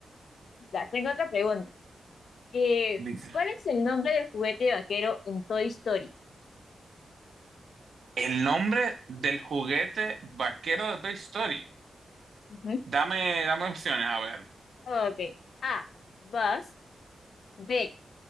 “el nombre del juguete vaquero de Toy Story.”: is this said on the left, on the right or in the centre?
Right